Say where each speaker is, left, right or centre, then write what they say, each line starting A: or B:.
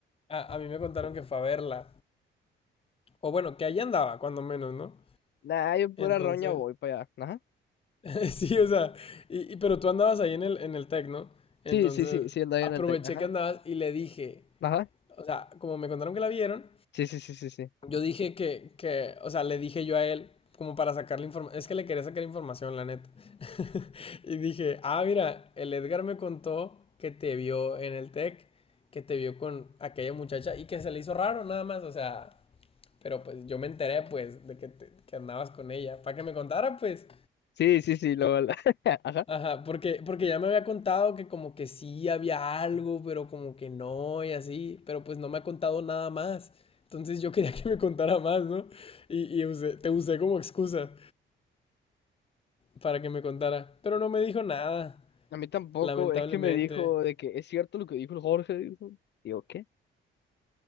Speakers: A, on the left; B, on the left.
A: a, a mí me contaron que fue a verla. O bueno, que allá andaba, cuando menos, ¿no?
B: Nah, yo pura
A: Entonces,
B: roña voy para allá. Ajá.
A: <laughs> Sí, o sea, y, y- pero tú andabas ahí en el, en el Tec, ¿no? Entonces,
B: Sí, sí, sí, sí, el de ahí
A: aproveché
B: en el Tec. Ajá.
A: que andabas y le dije,
B: Ajá.
A: o sea, como me contaron que la vieron,
B: Sí, sí, sí, sí, sí.
A: yo dije que, que, o sea, le dije yo a él, como para sacarle información, es que le quería sacar información, la neta. <laughs> Y dije, ah, mira, el Edgar me contó que te vio en el Tec, que te vio con aquella muchacha y que se le hizo raro nada más, o sea, pero pues yo me enteré pues de que, te- que andabas con ella, para que me contara pues.
B: Sí, sí, sí, lo <laughs> Ajá.
A: Ajá, porque, porque ya me había contado que como que sí había algo, pero como que no y así, pero pues no me ha contado nada más. Entonces yo quería <laughs> que me contara más, ¿no? Y, y usé- te usé como excusa para que me contara, pero no me dijo nada,
B: A mí tampoco,
A: lamentablemente.
B: es que me dijo de que es cierto lo que dijo el Jorge. dijo. Digo, ¿qué?